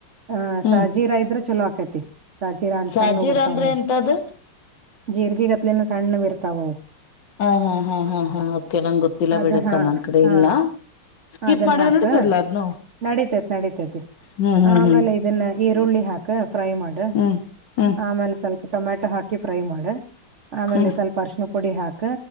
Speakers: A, on the right (about 55°); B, on the left (about 60°).
A: ಹಾ
B: ಹ್ಮ್
A: ಸಾಜೀರಾ ಇದ್ರ ಚುಲೋ ಆಗ್ ಕತಿ ಸಾಜೀರಾ ಅಂತ
B: ಸಾಜೀರ
A: ಸಣ್ಣುವ್ ಬರ್ತಾವ್
B: ಅಂದ್ರೆ
A: ನೋಡ್
B: ಎಂತದು
A: ಜೀರ್ಗೀಗತ್ಲೆನ ಸ ಸಣ್ಣವ್ ಇರ್ತಾವವ್.
B: ಹಾ ಹಾ. ಹಾ ಹಾ ಓಕೆ ನಂಗೆ ಗೊತ್ತಿಲ್ಲ
A: ಅದ
B: ಬಿಡಕ್ಕ
A: ಹಾ
B: ನನ್ ಕಡೆ
A: ಹಾ
B: ಇಲ್ಲ ಸ್ಕಿಪ್
A: ಅದನ್ನ
B: ಮಾಡಿದ್ರೆ
A: ಹಾಕ
B: ನಡೀತದಲ್ಲ ಅದ್ನು
A: ನಡಿತತಿ ನಡತತಿ
B: ಹ್ಮ್
A: ಆಮೇಲೆ
B: ಹ್ಮ್
A: ಇದನ್ನ ಈರುಳ್ಳಿ ಹಾಕ ಫ್ರೈ ಮಾಡ
B: ಹ್ಮ್ ಹ್ಮ್
A: ಆಮೇಲೆ ಸ್ವಲ್ಪ ಟೊಮೆಟೊ ಹಾಕಿ ಫ್ರೈ ಮಾಡ. ಆಮೇಲೆ
B: ಹ್ಮ್ ಹ್ಮ್
A: ಸ್ವಲ್ಪ ಅರಿಶ್ಣ ಪುಡಿ ಹಾಕ.